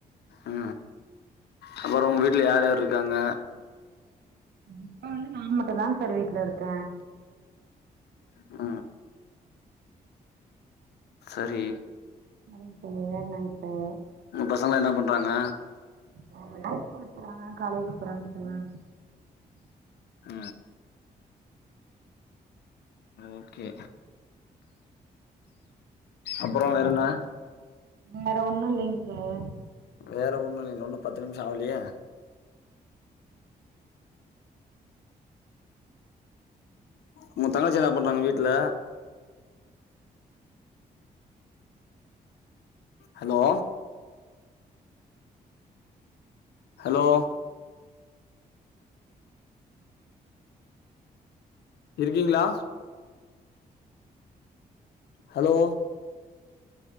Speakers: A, on the left; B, on the right.
A: உ அப்பறோ உங்க வீட்ல யார் யாரு இருக்காங்க
B: இப்ப வந்து நா மட்டு தா சார் வீட்ல இருக்க
A: உ சரி
B: அது சரியானத்தே
A: உங்க பசங்களா என்ன பண்றாங்க
B: அவுங்கலா ஸ்கூலு போறாங்க காலேஜ் போறாங்க சார்
A: உ ஓகே அப்பறோ
B: ஹலோ,
A: வேறன்னா
B: வேற ஒன்னு இல்லங்க சார்
A: வேற ஒண்ணு இல்ல இன்னு பத்து நிமிசோ ஆவலயே உங்க தங்கச்சி என்ன பண்றாங்க வீட்டு்ல ஹலோ ஹலோ இருக்கீங்களா ஹலோ